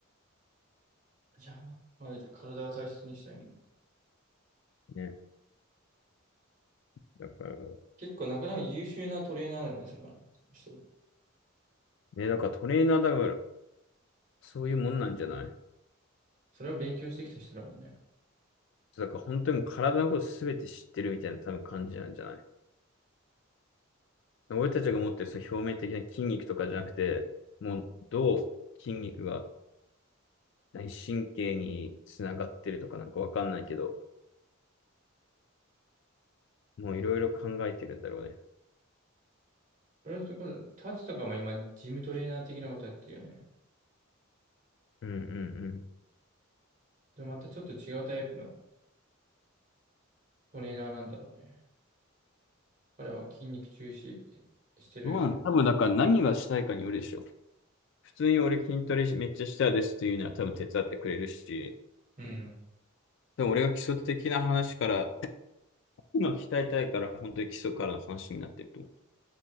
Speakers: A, on the right (about 40°); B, on the left (about 60°).
A: じゃあ、ま、まず体は大切にしたいね。
B: ね。だから、
A: 結構なかなか優秀なトレーナーだよね、それはね。人
B: ね、だからトレーナーだから、そういうもんなんじゃない
A: それは勉強してきた人だもんね。
B: だから本当にもう体のことすべて知ってるみたいな多分感じなんじゃない俺たちが持ってるその表面的な筋肉とかじゃなくて、もうどう筋肉が何神経につながってるとかなんかわかんないけど、もういろいろ考えてるんだろうね。
A: それところ、タツとかも今、ジムトレーナー的なことやってるよね。
B: うんうんうん。
A: でまたちょっと違うタイプのトレーナーなんだろうね。彼は筋肉重視してる。
B: どうなの多分だから何がしたいかによるでしょ。普通に俺筋トレめっちゃしたいですっていうのは多分手伝ってくれるし、
A: うん。
B: 多分俺が基礎的な話から、今鍛えたいから本当に基礎からの話になってると思